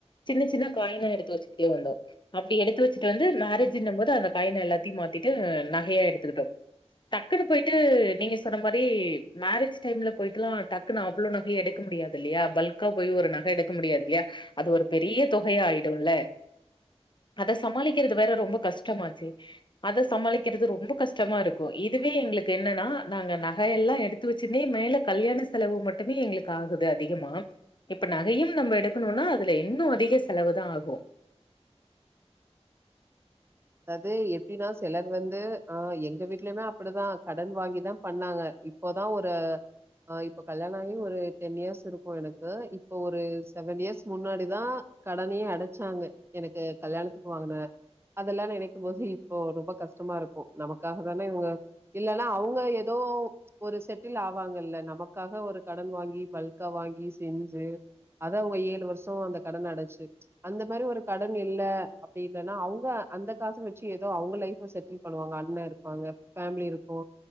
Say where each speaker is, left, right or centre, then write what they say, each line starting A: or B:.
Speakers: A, on the left; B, on the right.
A: சின்ன சின்ன காயினா எடுத்து வெச்சிகிட்டே வந்தோ அப்படி எடுத்து வெச்சிட்டு வந்து மேரேஜ்னமோது அந்த காயின எல்லாத்தியு மாத்திட்டு நகையா எடுத்துக்ட்டோ டக்குன்னு போயிட்டு நீங்க சொன்ன மாரி மேரேஜ் டைம்ல போயிட்டுலா டக்குன்னு அவ்ளோ நகைய எடுக்க முடியாதில்லயா பல்க்கா போய் ஒரு நக எடுக்க முடியாது இல்லியா அது ஒரு பெரிய தொகையா ஆயிடுல்ல அத சமாளிக்கிறது வேற ரொம்ப கஷ்டமாச்சே அத சமாளிக்கிறது ரொம்ப கஷ்டமா இருக்கு இதுவே எங்ளுக்கு என்னன்னா நாங்க நகையெல்லா எடுத்து வெச்சினே மேல கல்யாண செலவு மட்டுமே எங்ளுக்கு ஆகுது அதிகமா இப்ப நகையும் நம்ப எடுக்குணுன்னா அதுல இன்னு அதிக செலவுதா ஆகு
B: அதாது எப்டின்னா செலர் வந்து ஆ எங்க வீட்லியுமே அப்டுதா கடன் வாங்கிதா பண்ணாங்க இப்பதா ஒரு ஆ இப்போ கல்யாண ஆகி ஒரு டென் இயர்ஸ் இருக்கு எனக்கு இப்போ ஒரு செவன் இயர்ஸ் முன்னாடிதா கடனயே அடைச்சாங்க எனக்கு கல்யாணத்துக்கு வாங்குன அதெல்லா நெனைக்கும் போது இப்போ ரொம்ப கஷ்டமா இருக்கு நமக்காக தானே இவுங்க இல்லன்னா அவுங்க எதோ ஒரு செட்டில் ஆவாங்க இல்ல நமக்காக ஒரு கடன் வாங்கி பல்கா வாங்கி செஞ்சி அத அவுங்க ஏழு வர்ஷோ அந்த கடன அடைச்சி அந்த மாரி ஒரு கடன் இல்ல அப்டி இல்லனா அவுங்க அந்த காச வெச்சி எதோ அவுங்க லைஃப செட்டில் பண்ணுவாங்க அண்ண இருப்பாங்க ஃபேமிலி இருக்கு